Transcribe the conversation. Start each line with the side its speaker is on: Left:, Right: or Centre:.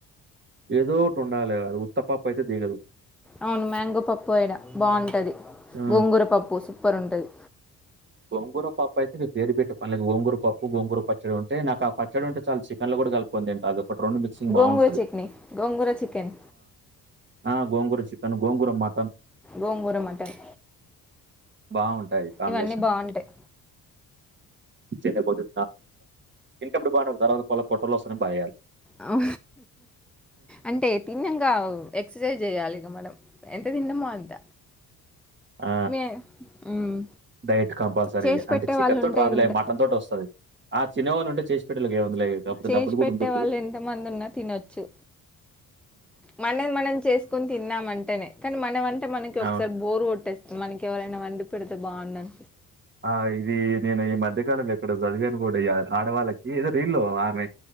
Right: ఇ ఏదోటి ఉండాలి కదు ఉత్తపప్పు అయితే దిగదు
Centre: అవును మ్యాంగో పప్పు యడ బాంటది
Right: ఆ
Centre: గోంగూర పప్పు సూపర్ ఉంటది
Right: గోంగుర పప్పు అయితే మీ పేరు పెట్టే పనిలేదు ఒంగూర పప్పు బోంగూర పచ్చడి ఉంటే నాకు ఆ పచ్చడి ఉంటే చాలు చికెన్లో కల్కొని తంట అది ఒకటి రెండు మిక్సింగ్
Centre: గోంగూర
Right: బాగుంటది
Centre: చట్నీ గోంగూర చికెన్
Right: ఆ గోంగూరి చికెన్ తను గోంగూర మటన్
Centre: గోంగూర మటన్
Right: బాగుంటాయి కాంబినేషన్
Centre: ఇవన్నీ బాగుంటాయి
Right: చెపోదు ఇంకప్పు బాగు తర్వాత కొల పోటొలు వస్తాని బాగాయాలి
Centre: అ అంటే తిన్నంక ఎక్సర్సైజ్ జేయాలి ఇగ మనం ఎంత తిన్నామో అంత
Right: ఆ
Centre: మే మ్మ్
Right: డైట్ కంపల్సరీ
Centre: చేసి పెట్టే
Right: అంటే చికెన్
Centre: వాళ్ళు
Right: తోటి
Centre: ఉంటే
Right: రాదులే
Centre: ఎంత
Right: మటన్ తోటి వస్తది ఆ చిన్నవాళ్ళు ఉంటే చేసి పెట్టే వాళ్ళకి ఏముందిలే కాకపోతే
Centre: చేసి
Right: డబ్బులు కూడా
Centre: పెట్టే
Right: ఉండద్దు
Centre: వాళ్ళు ఎంతమంది ఉన్నా తినొచ్చు మనది మనం చేసుకుని తిన్నామ అంటేనే కానీ మనం అంటే మనకి
Right: అవును
Centre: ఒకసారి బోరు కొట్టేస్ మనకి ఎవరైనా వండి పెడితే బాగుందం
Right: ఆ ఇది నేను ఈ మధ్యకాలంలో ఎక్కడో చదివాను కూడా ఆడవాళ్ళకి ఏదో రీల్లో ఆమె